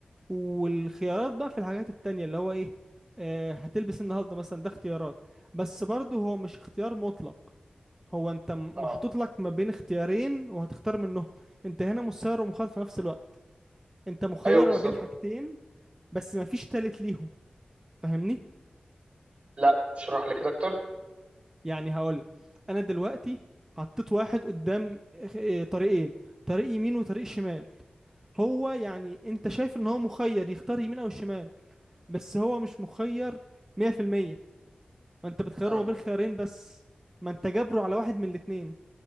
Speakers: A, on the right (about 20°); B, on the right (about 55°).
A: والخيارات بقى في الحاجات التانية اللي هو ايه آه، هتلبس النهارده مثلا ده اختيارات بس برضه هو مش اختيار مطلق هو انت محطوط
B: اه
A: لك ما بين اختيارين وهتختار منهم انت هنا مسير ومخاطر في نفس الوقت انت مخير
B: ايوه بالظبط
A: ما بين حاجتين بس ما فيش تالت ليهم فاهمني
B: لا اشرح لي كده اكتر
A: يعني هقولك انا دلوقتي حطيت واحد قدام اه، طريقين طريق يمين وطريق شمال هو يعني انت شايف ان هو مخير يختار يمين او شمال بس هو مش مخير 100% ما انت بتخيره
B: امم
A: ما بين خيارين بس ما انت جابره على واحد من الاتنين